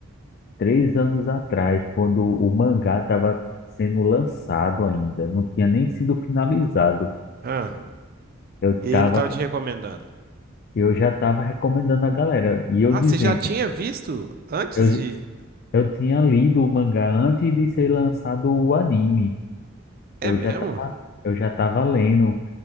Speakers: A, on the left; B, on the right.
A: três anos atrás, quando o mangá estava sendo lançado ainda, não tinha nem sido finalizado.
B: Ah,
A: Eu
B: e aí
A: tava,
B: ele tava te recomendando.
A: eu já estava recomendando a galera, e eu
B: Ah,
A: dizendo,
B: você já tinha visto antes
A: eu, j-
B: de.
A: eu tinha lido o mangá antes de ser lançado o anime.
B: É
A: Eu
B: mesmo?
A: já estava, eu já estava lendo.